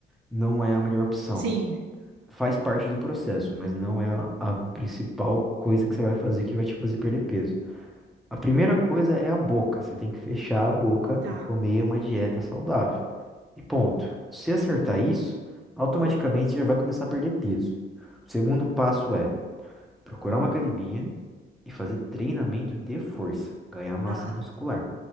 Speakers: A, in the centre; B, on the right (about 70°).
A: Não é a melhor opção.
B: Sim,
A: faz parte do processo, mas não é a, a principal coisa que você vai fazer que vai te fazer perder peso. A primeira coisa é a boca. Você tem que fechar a boca
B: tá,
A: e comer uma dieta saudável. E ponto. Se acertar isso, automaticamente você já vai começar a perder peso. O segundo passo é procurar uma academia e fazer treinamento de força, ganhar massa
B: tá.
A: muscular,